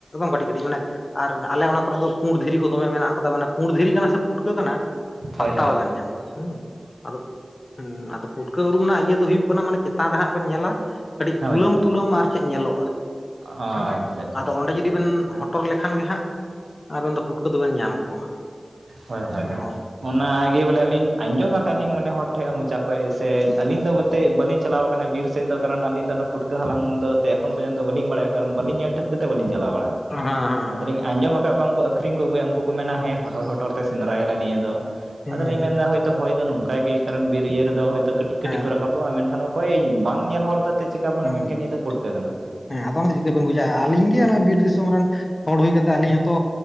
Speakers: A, on the left; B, on the right.
A: ᱠᱟᱹᱴᱤᱡ ᱠᱟᱹᱴᱤᱡ ᱢᱟᱱᱮ ᱟᱨ ᱟᱞᱮ ᱚᱱᱟ ᱠᱚᱨᱮ ᱫᱚ ᱯᱩᱸᱰ ᱫᱷᱤᱨᱤ ᱠᱚ ᱫᱚᱢᱮ ᱢᱮᱱᱟᱜ ᱠᱟᱫᱟ ᱢᱟᱱᱮ ᱯᱩᱸᱰ ᱫᱷᱤᱨᱤ ᱠᱟᱱᱟ ᱥᱮ ᱯᱩᱴᱠᱟᱹ ᱠᱟᱱᱟ
B: ᱦᱳᱭ
A: ᱯᱟᱛᱛᱟ
B: ᱦᱳᱭ
A: ᱵᱟᱵᱮᱱ
B: ᱦᱳᱭ
A: ᱧᱟᱢᱟ ᱦᱩᱸ ᱟᱫᱚ ᱩᱸ ᱟᱫᱚ ᱯᱩᱴᱠᱟᱹ ᱩᱨᱩᱢ ᱨᱮᱱᱟᱜ ᱤᱭᱟᱹ ᱫᱚ ᱦᱩᱭᱩᱜ ᱠᱟᱱᱟ ᱢᱟᱱᱮ ᱪᱮᱛᱟᱱ ᱨᱮ ᱦᱟᱸᱜ ᱵᱮᱱ ᱧᱮᱞᱟ ᱠᱟᱹᱴᱤᱡ
B: ᱦᱳᱭ
A: ᱛᱩᱞᱟᱹᱢ ᱛᱩᱞᱟᱹᱢ ᱟᱨ ᱠᱟᱹᱡᱽ ᱧᱮᱞᱚᱜᱼᱟ
B: ᱟᱪᱪᱷᱟ
A: ᱦᱩᱸ
B: ᱟᱪᱪᱷᱟ
A: ᱟᱫᱚ ᱚᱸᱰᱮ ᱡᱩᱫᱤ <unintelligible> ᱦᱚᱴᱚᱨ ᱞᱮᱠᱷᱟᱱ ᱜᱮ ᱦᱟᱸᱜ ᱟᱵᱮᱱ ᱫᱚ ᱯᱩᱴᱠᱟᱹ ᱫᱚᱵᱮᱱ ᱧᱟᱢ ᱠᱚᱣᱟ᱾
B: ᱦᱳᱭ
A: ᱦᱮᱸ
B: ᱦᱳᱭ ᱦᱳᱭ
A: ᱦᱮᱸ
B: ᱚᱱᱟᱜᱮ ᱵᱚᱞᱮ ᱟᱹᱞᱤᱧ ᱟᱸᱡᱚᱢ ᱟᱠᱟᱫᱤᱧ ᱢᱟᱱᱮ ᱦᱚᱲ ᱴᱷᱮᱡᱽ ᱢᱚᱪᱟ ᱠᱷᱚᱡᱽ ᱥᱮ ᱟᱹᱞᱤᱧ ᱫᱚ ᱵᱚᱞᱛᱮ ᱵᱟᱹᱞᱤᱧ ᱪᱟᱞᱟᱣ ᱟᱠᱟᱱᱟᱭ ᱵᱤᱨ ᱥᱮᱫ ᱫᱚ ᱠᱟᱨᱚᱱ ᱟᱞᱤᱧ ᱫᱚ ᱱᱚ ᱪᱟᱞᱟᱣ ᱠᱟᱱᱟ ᱵᱤᱨ ᱥᱮᱫ ᱫᱚ ᱠᱟᱨᱚᱱ ᱟᱹᱞᱤᱧ ᱫᱚ ᱚᱱᱟ ᱯᱩᱴᱠᱟᱹ ᱦᱟᱞᱟᱝ ᱫᱚ ᱛᱮ ᱮᱠᱷᱚᱱ ᱯᱚᱨᱡᱚᱱᱛᱚ ᱵᱟᱞᱤᱧ ᱵᱟᱲᱟᱭ ᱠᱟᱨᱚᱱ ᱵᱟᱞᱤᱧ ᱧᱮᱞ ᱴᱷᱤᱠ ᱠᱚᱛᱮ ᱵᱟᱞᱤᱧ ᱪᱟᱞᱟᱣ ᱵᱟᱲᱟ
A: <unintelligible>
B: <unintelligible> ᱟᱸᱡᱚᱢ ᱟᱠᱟᱫ ᱠᱚᱣᱟ ᱩᱱᱠᱩ ᱟᱹᱠᱷᱨᱤᱧ ᱠᱚ ᱟᱹᱜᱩᱭᱟ ᱩᱱᱠᱩ ᱠᱚ ᱢᱮᱱᱟ ᱦᱮᱸ ᱦᱚᱴᱚᱨ ᱦᱚᱴᱚᱨ ᱛᱮ ᱥᱮᱸᱫᱽᱨᱟᱭᱟᱞᱮ ᱱᱤᱭᱟᱹ ᱫᱚ᱾
A: ᱦᱮᱸ
B: ᱟᱫᱚᱞᱤᱧ ᱢᱮᱱᱫᱟ ᱦᱚᱭᱛᱚ ᱦᱚᱭ ᱫᱚ ᱱᱚᱝᱠᱟ ᱜᱮ ᱠᱟᱨᱚᱱ ᱵᱤᱨ ᱤᱭᱟᱹ ᱨᱮᱫᱚ ᱦᱚᱭᱛᱚ ᱠᱟᱹᱴᱤᱡ ᱠᱟᱹᱴᱤᱡ
A: ᱦᱮᱸ
B: ᱠᱚ ᱨᱟᱠᱟᱵ ᱠᱩᱣᱟ ᱢᱮᱱᱠᱷᱟᱱ ᱚᱠᱚᱭ ᱵᱟᱝ ᱧᱮᱞ ᱦᱚᱲ ᱫᱚ ᱛᱮ ᱪᱮᱠᱟ ᱵᱚᱱ
A: ᱦᱩᱸ,
B: ᱢᱮᱱ ᱠᱮ ᱱᱤᱭᱟᱹ ᱫᱚ ᱯᱩᱴᱠᱟᱹ ᱠᱟᱱᱟ᱾
A: ᱦᱮᱸ ᱟᱫᱚ ᱚᱱᱟᱫᱚ ᱪᱤᱠᱟᱹ ᱵᱮᱱ ᱵᱩᱡᱟ ᱟᱹᱞᱤᱧ ᱜᱮ ᱱᱚᱜᱼᱚᱭ ᱵᱤᱨ ᱫᱤᱥᱚᱢ ᱨᱮᱱ ᱦᱚᱲ ᱦᱩᱭ ᱠᱟᱛᱮᱫ ᱟᱞᱤᱧ ᱦᱚᱸᱛᱚ